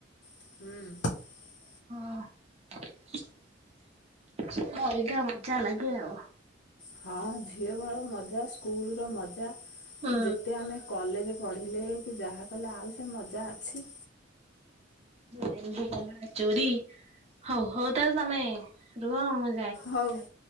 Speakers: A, on the left; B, on the right.
A: ହୁଁ।
B: ହଁ ଅଲଗା ମଜା ଲାଗେ ଆଉ।
A: ହଁ ଝିଅ ବେଳେ ମଜା ସ୍କୁଲର ମଜା
B: ହୁଁ
A: ତୁ ଯେତେ ଆମେ କଲେଜ ପଢିଲେ କି ଯାହା କଲେ ଆଉ ସେ ମଜା ଅଛି?
B: ଲେମ୍ବୁ କମଳା ଚୋରି। ହଉ ହଉ ତାହେଲେ ତମେ ରୁହ ମୁ
A: ହଉ